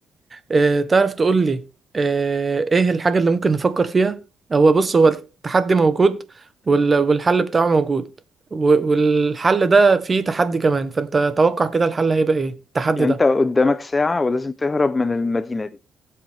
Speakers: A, on the right (about 25°); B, on the left (about 30°).
A: آه، تعرف تقول لي آه، ايه الحاجة اللي ممكن نفكر فيها هو بص هو التحدي موجود وال... والحل بتاعه موجود و- والحل ده فيه تحدي كمان فانت توقع كده الحل هيبقى ايه التحدي
B: يعني
A: ده
B: انت قدامك ساعة ولازم تهرب من المدينة دي